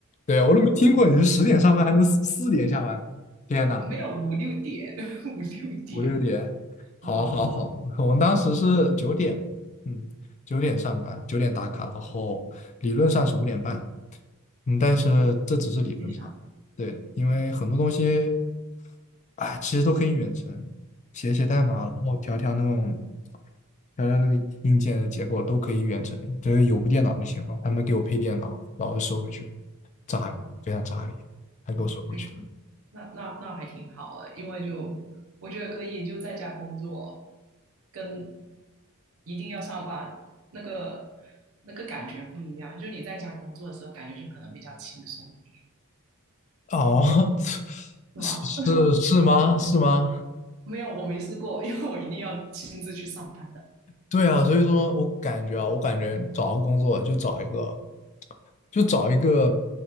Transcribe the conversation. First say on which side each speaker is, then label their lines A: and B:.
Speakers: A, on the left (about 35°); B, on the right (about 70°).
A: 对我都没听过你是十点上班还能四四点下班，天呐！
B: 没有五六点，<laughs> 五六点
A: 五六点，好，
B: 哦，
A: 好，好，我们当时是九点，嗯，九点上班，九点打卡，然后理论上是五点半，嗯，但是这只是理论上，
B: 实际上
A: 对，因为很多东西，哎，其实都可以远程，写写代码，
B: 啊，
A: 然后调调那种，调调那个硬件的结构都可以远程，只要有部电脑就行了。他们给我配电脑，然后就收回去了，炸裂，
B: 哦
A: 非常炸裂，还给我收回去。
B: 哦，哎，
A: 了。
B: 那那那还挺好的，因为就我觉得可以就在家工作，跟一定要上班那个那个感觉不一样，就你在家工作的时候，感觉就可能比较轻松一点，
A: 哦，<laughs>
B: 是吗？
A: 是是吗？是吗？
B: 没有，我没试过，<laughs> 因为我一定要亲自去上班的。
A: 对啊，所以说我感觉啊，我感觉找到工作就找一个，就找一个